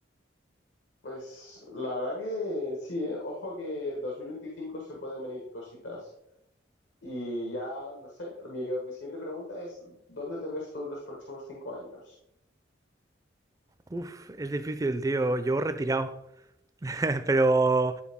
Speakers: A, on the left; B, on the right.
A: Pues la verdad que sí, ¿eh? Ojo que 2025 se pueden venir cositas. Y ya, no sé, mi siguiente pregunta es, ¿dónde te ves tú en los próximos cinco años?
B: Uf, es difícil, tío. Yo retirado. <laughs> Pero